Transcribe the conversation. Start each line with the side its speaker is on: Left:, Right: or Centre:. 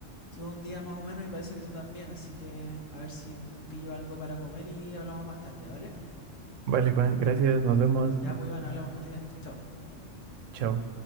Left: tuve un día más o menos y parece que tú también. Así que a ver si pillo algo para comer y hablamos más tarde, ¿vale?
Right: Vale, Juan, gracias, nos vemos.
Left: Ya, pues Iván, hablamos, que estés bien. Chao, chao.
Right: Chao.